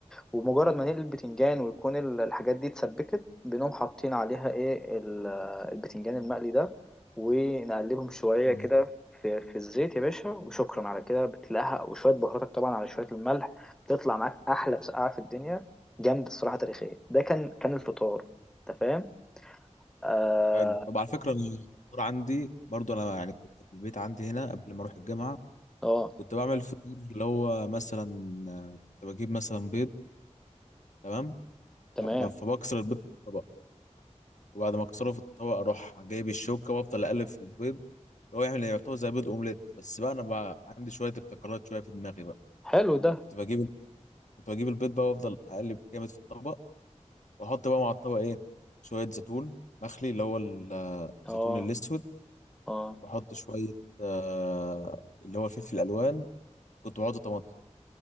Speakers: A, in the centre; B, on the left.
A: ومجرد ما نقلي البتنجان ويكون ال- الحاجات دي اتسبكت بنقوم حاطين عليها ايه ال- البتنجان المقلي ده ونقلبهم شوية
B: طب
A: كده في في الزيت يا باشا وشكرا على كده بتلاقيها وشوية بهاراتك طبعا على شوية الملح بتطلع معاك أحلى مسقعة في الدنيا جامدة الصراحة تاريخية ده كان كان الفطار أنت فاهم؟ آه
B: حلو طب على فكره انا الفطار عندي برضو انا يعني كنت في البيت عندي هنا قبل ما اروح الجامعه
A: آه
B: كنت بعمل فطور اللي هو مثلا آه، كنت بجيب مثلا بيض تمام
A: تمام
B: ب- فبكسر البيض في الطبق وبعد ما اكسره في الطبق اروح جايب الشوكه وافضل اقلب في البيض اللي هو يعمل يعتبر زي بيض اومليت بس بقى انا بقى عندي شويه ابتكارات شويه في دماغي بقى
A: حلو ده
B: كنت بجيب كنت بجيب البيض بقى وافضل اقلب جامد في الطبق واحط بقى مع الطبق ايه شويه زيتون مخلي اللي هو ال-
A: آه
B: الزيتون الاسود
A: آه
B: واحط شويه آه اللي هو الفلفل الالوان كنت بحط طماطم